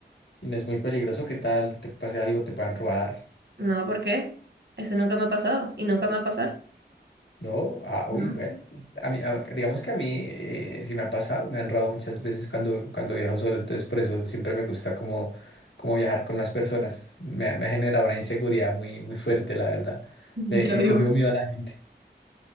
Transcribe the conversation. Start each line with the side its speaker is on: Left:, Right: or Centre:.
Left: Y no es muy peligroso, ¿qué tal? ¿Te pase algo? ¿Te puedan robar?
Right: No, ¿por qué? Eso nunca me ha pasado y nunca me va a pasar.
Left: No, ah,
Right: ¿no?
Left: uy, bueno,
Right: <laughs>
Left: pues, a mí, a- digamos que a mí eh, sí me ha pasado, me han robado muchas veces cuando, cuando viajo solo, entonces por eso siempre me gusta como, como viajar con más personas. Me, ha me ha generado una inseguridad muy, muy fuerte, la verdad.
Right: Ya
Left: Le, le
Right: veo.
Left: cogió miedo a la gente.